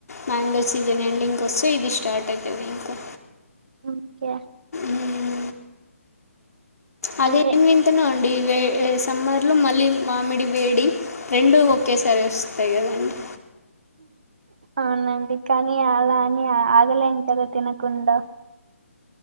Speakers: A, on the left; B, on the right.
A: మ్యాంగో సీజన్ ఎండింగ్ వస్తే ఇది స్టార్ట్ అవుతుంది ఇక
B: ఓకే
A: ఉమ్ అదేమి
B: అదే
A: వింతనో అండి సమ్మర్ లో మళ్ళీ మామిడి వేడి రెండు ఒకేసారి వస్తాయి కదండి
B: అవునండి కానీ అలా అని ఆగలేం కదా తినకుండా